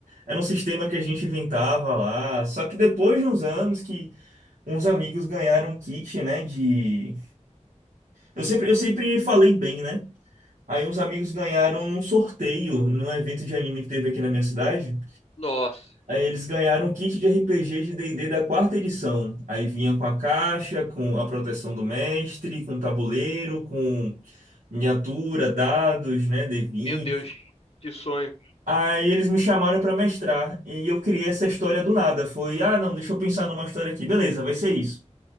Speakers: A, on the right; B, on the left.
A: Era um sistema que a gente inventava lá. Só que depois de uns anos que uns amigos ganharam um kit, né, de... Eu sempre, eu sempre falei bem, né? Aí uns amigos ganharam num sorteio, num evento de anime que teve aqui na minha cidade.
B: Nossa,
A: Aí eles ganharam um kit de RPG de D&D da quarta edição. Aí vinha com a caixa, com a proteção do mestre, com tabuleiro, com miniatura, dados, né, D20.
B: meu Deus, que sonho.
A: Aí eles me chamaram para mestrar e eu criei essa história do nada. Foi, ah, não, deixa eu pensar numa história aqui. Beleza, vai ser isso.